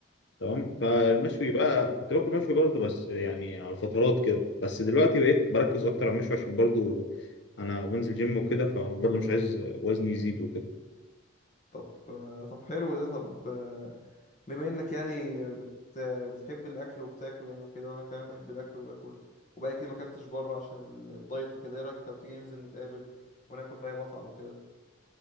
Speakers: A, on the left; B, on the left.
A: تمام
B: مم.
A: فالمشوي بقى كنت باكل مشوي برضه بس يعني على فترات كده بس دلوقتي بقيت بركز اكتر على المشوي عشان برضه انا بنزل جيم وكده فبرضه مش عايز وزني يزيد وكده
B: طب آه، طب حلو ده طب آه، بما انك يعني بت... بتحب الاكل وبتاكل يعني وكده وانا كمان بحب الاكل وباكل وبقالي كتير ما اكلتش بره عشان ال- الدايت وكده ايه رايك لو تيجي ننزل نتقابل وناكل في اي مطعم وكده